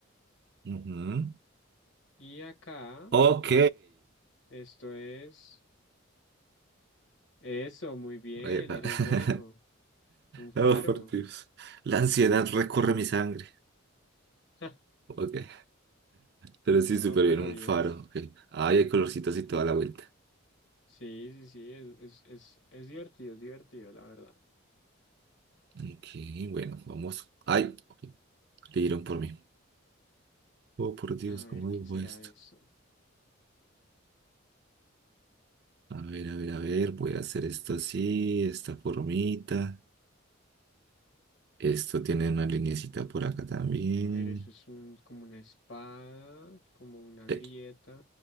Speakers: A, on the right (about 50°); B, on the left (about 60°).
A: Ujú.
B: y acá,
A: Ok.
B: esto es... Eso, muy bien,
A: Epa.
B: eres
A: <laughs>
B: bueno. Un faro.
A: Oh, por Dios. La ansiedad recorre mi sangre.
B: <laughs>
A: Ok. Pero
B: No,
A: sí, súper
B: pero
A: bien. Un
B: bien.
A: faro. Ok. Ay, hay colorcitos y toda la vuelta.
B: Sí, sí, sí, es, es, es, es divertido, es divertido, la verdad.
A: Ok, bueno, vamos. Ay, ok, le dieron por mí. Oh, por Dios,
B: A
A: ¿cómo
B: ver, ¿qué
A: digo
B: será
A: esto?
B: eso?
A: A ver, a ver, a ver. Voy a hacer esto así, esta formita. Esto tiene una linecita por acá también.
B: A ver, eso es un, como una espada, como una
A: Eh,
B: grieta.